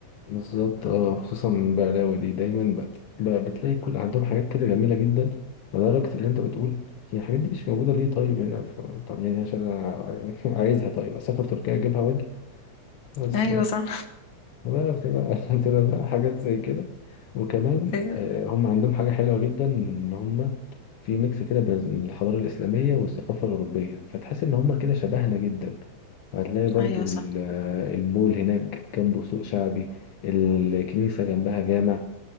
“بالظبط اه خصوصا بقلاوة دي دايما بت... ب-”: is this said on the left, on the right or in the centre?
Left